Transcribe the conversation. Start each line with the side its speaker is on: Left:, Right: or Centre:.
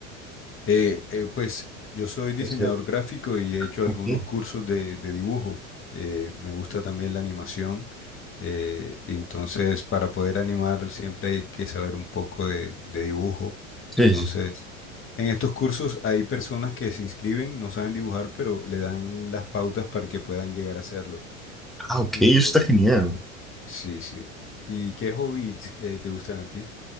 Left: Eh, eh, pues yo soy diseñador
Centre: Es cierto.
Left: gráfico y he hecho
Centre: Ok.
Left: algunos
Centre: Sí.
Left: cursos de, de dibujo. Eh, me gusta también la animación. eh, entonces, para poder animar siempre hay que saber un poco de, de dibujo.
Centre: sí.
Left: Entonces,
Centre: sí.
Left: en estos cursos hay personas que se inscriben, no saben dibujar, pero le dan las pautas para que puedan llegar a hacerlo.
Centre: Ah, ok,
Left: Y
Centre: eso
Left: lo logran.
Centre: está genial.
Left: Sí, sí. ¿Y qué hobbies eh, te gustan a ti?